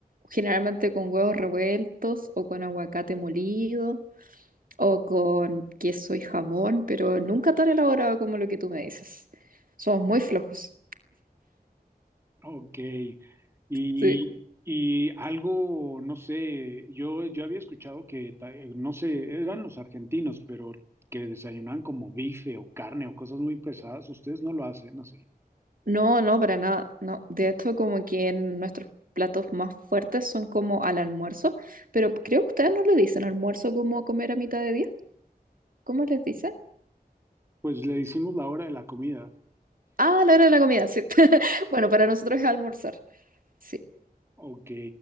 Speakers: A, on the right; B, on the right.
A: Generalmente con huevos revueltos o con aguacate molido. o con queso y jamón, pero nunca tan elaborado como lo que tú me dices. Somos muy flojos.
B: Ok, y,
A: Sí.
B: y algo, no sé, yo, yo había escuchado que, ta- eh, no sé, eran los argentinos, pero que desayunaban como bife o carne o cosas muy pesadas, ustedes no lo hacen así.
A: No, no, para nada. No. De hecho, como que en nuestros platos más fuertes son como al almuerzo, pero creo que ustedes no le dicen almuerzo como comer a mitad de día. ¿Cómo les dicen?
B: Pues le hicimos la hora de la comida.
A: Ah, a la hora de la comida, sí. <laughs> Bueno, para nosotros es almorzar. Sí.
B: Ok,